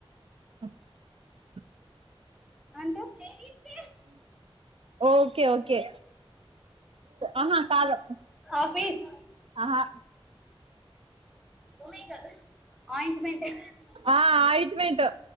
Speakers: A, on the right; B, in the centre.
A: <inaudible>
B: <inaudible>
A: ఓకే ఓకే ఆహా కాదు
B: ఆఫీస్
A: ఆహా
B: మూవీ కాదు ఆయింట్మెంట్ ఎ
A: ఆ ఆయింట్మెంట్